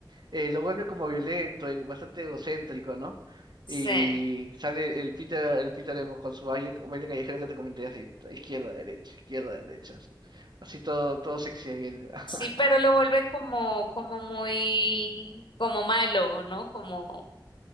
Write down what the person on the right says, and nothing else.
Eh, lo vuelve como violento, eh, bastante egocéntrico, ¿no?
Y sale el Peter, el Peter emo con su baile, baile callejero que te comenté así, izquierda, derecha, izquierda, derecha, así. Así todo, todo sexy ahí él. <laughs>